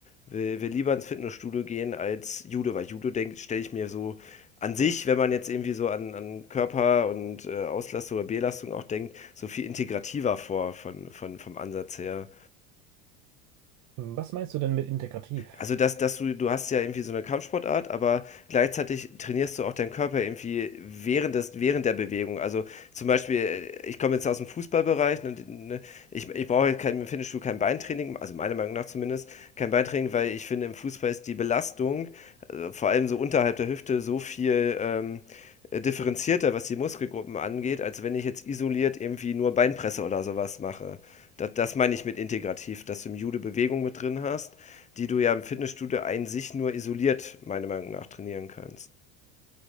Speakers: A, on the left; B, on the right.
A: will, will lieber ins Fitnessstudio gehen als Judo, weil Judo denkt, stelle ich mir so an sich, wenn man jetzt irgendwie so an, an Körper und äh, Auslastung oder Belastung auch denkt, so viel integrativer vor von, von, vom Ansatz her.
B: Was meinst du denn mit integrativ?
A: Also, dass dass du du hast ja irgendwie so eine Kampfsportart, aber gleichzeitig trainierst du auch deinen Körper irgendwie während des während der Bewegung. Also, zum Beispiel, äh, ich komme jetzt aus dem Fußballbereich, ne, ne, ich ich brauche jetzt kein im Fitnessstudio kein Beintraining, also meiner Meinung nach zumindest, kein Beintraining, weil ich finde, im Fußball ist die Belastung, äh, vor allem so unterhalb der Hüfte so viel, ähm, äh, differenzierter, was die Muskelgruppen angeht, als wenn ich jetzt isoliert irgendwie nur Beinpresse oder sowas mache. Da das meine ich mit integrativ, dass du im Judo Bewegung mit drin hast die du ja im Fitnessstudio ein sich nur isoliert, meiner Meinung nach, trainieren kannst.